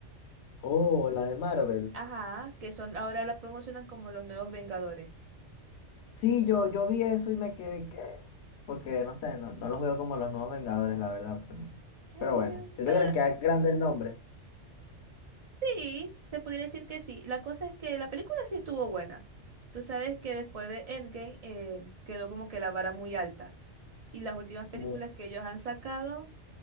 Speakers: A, on the left (about 70°); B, on the right (about 35°).
A: Oh, la de Marvel.
B: Ajá, que son ahora la promocionan como los nuevos Vengadores.
A: Sí, yo, yo vi eso y me quedé que... Porque no sé, no, no los veo como los nuevos Vengadores, la verdad, pero...
B: Eh,
A: Pero bueno, siento
B: pero
A: que les
B: la-
A: queda grande el nombre.
B: sí, se pudiera decir que sí. La cosa es que la película sí estuvo buena. Tú sabes que después de Endgame eh, quedó como que la vara muy alta y las últimas películas
A: Mu-
B: que ellos han sacado